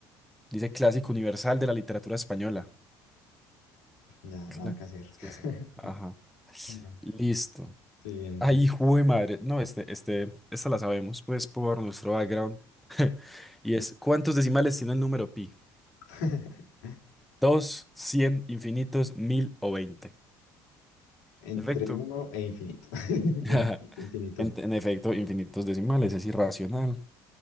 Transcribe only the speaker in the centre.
Dice clásico universal de la literatura española.
Cla-
Es
que sí. Ajá.
Listo.
Ay, jue madre. No, este, este, esta la sabemos, pues, por nuestro background. <laughs> Y es, ¿cuántos decimales tiene el número pi?
¿Dos, cien, infinitos, mil o veinte?
Perfecto.
<laughs>
En, en efecto, infinitos decimales, es irracional.